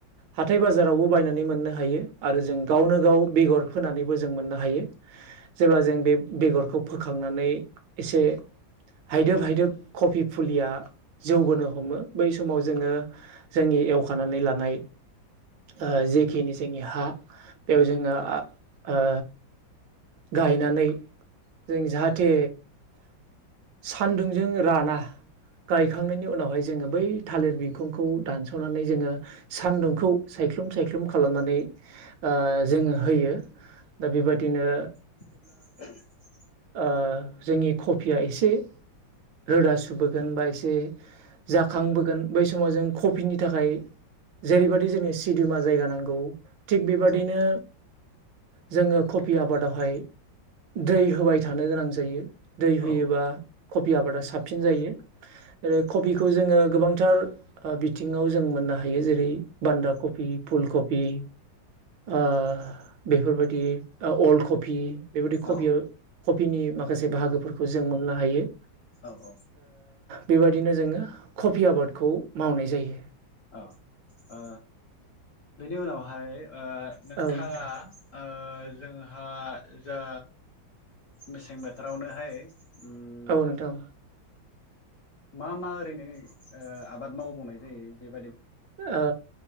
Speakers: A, on the right; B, on the left.
A: हाथाय बाजारावबो बायनानै मोननो हायो आरो जों गावनो गाव बेगर फोनानैबो जों मोननो हायो। जेब्ला
B: औ
A: जों बे बेगरखौ फोखांनानै एसे हायदोब हायदोब कबि फुलिया जौ बोनो हमो बै समाव जोङो जोंनि एवखानानै लानाय ओ जेखिनि जोंनि हा बेयाव जोङो ओ गायनानै जों जाहाथे सान्दुंजों राना गायखांनायनि उनावहाय जोङो बै थालिर बिखुंखौ दानस'नानै जोङो सान्दुंखौ सायख्लुम सायख्लुम खालामनानै ओ जोङो होयो दा बेबायदिनो
B: <inaudible>
A: ओ जोंनि कफिया एसे रोदा सुबुबोगोन बा एसे जाखांबोगोन बै समाव जों कफिनि थाखाय। जेरैबदि जोंनि सिदोमा जायगा नांगौ थिग बेबादिनो।
B: औ
A: जोङो खफि आबादाव बेहाय दै होबाय थानो गोनां जायो दै होयोबा।
B: औ
A: कफि आबादा साबसिन जायो जेरै कफिखौ जोङो गोबांथार ओ बिथिङाव जों मोन नो हायो जेरै बान्दा कबि फुल कबि ओ बेफोरबायदि अल्ड कफ कफि बेबायदि कफियाव
B: औ
A: कफिनि माखासे बाहागोफोरखौ जों मोननो हायो।
B: औ औ।
A: बेबायदिनो जोङो कफि आबादखौ मावनाय जायो।
B: औ ओ बेनि उनावहाय ओ नोंथाङा
A: औ नोंथां
B: ओ जोंहा जा मेसें बोथोरावनोहाय उम
A: औ नोंथां
B: मा मा ओरैनो आबाद मावबावनाय जायो बे
A: ओ